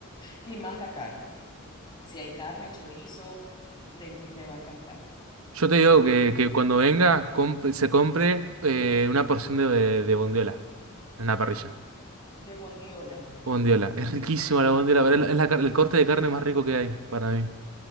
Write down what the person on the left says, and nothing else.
Y más la carne. Si hay carne, chorizo, le, le va a encantar.
De bondiola.
Ay,